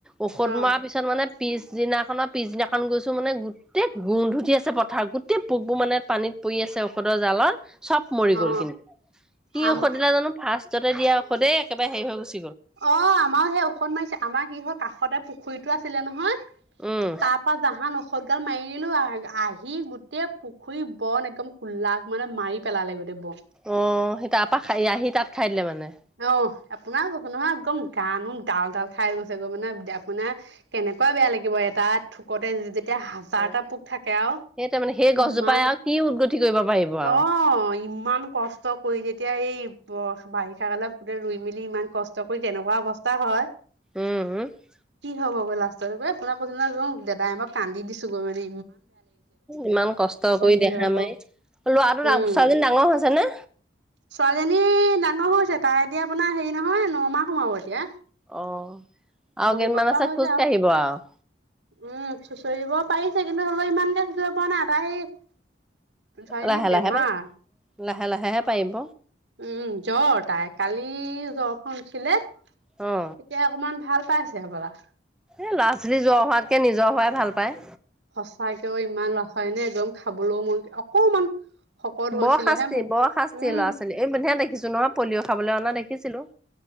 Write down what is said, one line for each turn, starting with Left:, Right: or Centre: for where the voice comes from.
Centre: ঔষধ
Right: অ
Centre: মাৰ পিছত মানে পিছদিনাখননৰ পিছদিনাখন গৈছো মানে গোটেই গোন্ধ উঠি আছে পথাৰত গোটেই পোকবোৰ মানে পানীত পৰিু আছে ঔষধৰ জালত। চব মৰি
Right: অ
Centre: গ'ল কিন্তু, কি
Right: আম
Centre: ঔষধ দিলা জানো ফাৰ্ষ্টতে দিয়া ঔষধেই একেবাৰে হেৰি হৈ গৈছে।
Right: অ' আমাৰো সেই ঔষধ মাৰিছে আমাৰ কি হয় কাষতে পুখুৰীতটো আছিলে নহয়।
Centre: উম
Right: তাৰ পৰা জাহান ন সতগাল মাৰ দিলো আহ আহি গোটেই পুখুৰীৰ বন একদম কোল্ল মানে মাৰি। পেলালে গোটেই বন
Centre: অ' সি তাৰপ খ আহি তাত খাই দিলে মানে।
Right: অ' আপোনাৰ কৈছে নহয় একদম গানোম ডাল ডাল খাই গৈছে গৈ মানে আপোনাৰ কেনে কুৱাই বেয়া লাগিব এ তাত থোকতে যেতিয়া হাজাৰটা
Centre: অ
Right: পোক থাকে আৰু।
Centre: সেই তাৰমানে সেই
Right: ইমান,
Centre: গছজোপাই আৰু কি উদগতি কৰিব পাৰিব আৰু
Right: অ' ইমান কষ্ট কৰি যেতিয়া এই ব বাৰিষা কালত গোটেই ৰুই মেলি যদি ইমান কষ্ট কৰি তেনেকুৱা অৱস্থা হয়,
Centre: উম
Right: কি হ'ব। গৈ লাষ্টত ঐ ফোনা ফোনি <unintelligible> দাদাই মই কান্দি দিছোঁ গৈ মেলি
Centre: ইমান কষ্ট কৰি,
Right: কি
Centre: দেহা
Right: হ'ব
Centre: মাৰি ল'ৰাটো,
Right: উম,
Centre: ছাৱালীজনী ডাঙৰ হৈছে নে?
Right: ছোৱালীজনী ডাঙৰ হৈছে, তাই এতিয়া আপোনাৰ হেৰি নহয় ন মাহ সোমাব এতিয়া।
Centre: অ' আৰু
Right: বহিব
Centre: কেইমাহ
Right: পৰা
Centre: মাহৰ পিছত
Right: হৈছে
Centre: খোজকাঢ়িব
Right: আৰু
Centre: আহ
Right: উম, চুঁচৰিব পাৰিছে কিন্তু হ'লেও ইমানকে চুঁচৰি পোৱা নাই তাই সেই ছোৱালী জনীৰ
Centre: লাহে
Right: বেমাৰ
Centre: লাহে পাই
Right: উম,
Centre: লাহে লাহেহে পাৰিব
Right: জ্বৰ। তাই কালি জ্বৰখন উঠিলে,
Centre: অ
Right: এতিয়া অকমান ভাল পাইছে হ'বলা।
Centre: এই ল'ৰা ছোৱালী জৰ হোৱাতকৈ নিজৰ হোৱাই ভাল পায়।
Right: সঁচাকেও ইমান ৰখ হয় নে একদম খাবলৈও মই অকমান শকত হৈছিলেহে
Centre: বৰ শাস্তি,
Right: মোক
Centre: বৰ শাস্তি,
Right: উম
Centre: ল'ৰা ছোৱালী এই মই হেইদিনাখন দেখিছোঁ নহয় পলিঅ' খাবলৈ অনা দেখিছিলোঁ।